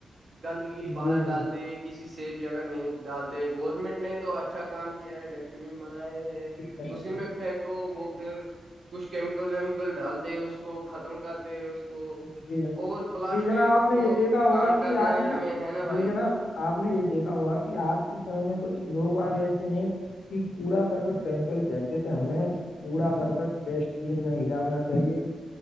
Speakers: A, on the right (about 55°); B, on the left (about 80°).
A: گندگی باہر
B: جی جناب
A: ڈالتے کسی سیف جگہ نہیں ڈالتے گورنمنٹ نے تو اچھا کام کیا ہے ڈسٹ بین بنائے ہیں
B: جی جناب
A: اسی میں پھینکو وہ پھر کچھ کیمیکل ویم ڈالتے اس کو ختم کرتے اس کو کو
B: جی جناب
A: اور پلاسٹک
B: جی جناب آپ نے
A: کو
B: یہ دیکھا ہوگا
A: کام
B: کہ
A: کرنا
B: آج
A: ہے ہمیں ہے نا بھائی
B: جی جناب آپ نے یہ دیکھا ہوا کہ آج کے سمے میں کچھ لوگ آگ ایسے ہیں کہ کوڑا کرکٹ کہیں کہیں جھینکتے تھے ہمیں کوڑا کرک ڈسٹ بین میں ہی ڈالنا چاہیے